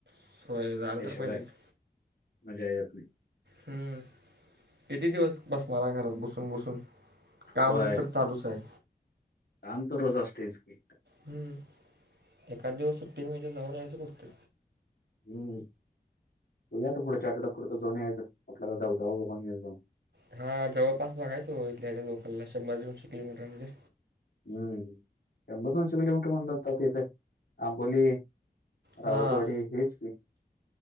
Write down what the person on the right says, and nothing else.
सोय झालं
तर पाहिजेच
हम्म किती दिवस बसणार घरात बसून बसून काम
तर चालूच आहे
हम् एखकाद दिवस सुट्टी म्ह तर जमन यायचं उठतं
हा जवळपास बघायच इथल्या लोकलला शंभर दोनशे किलोमीटर मध्ये
हां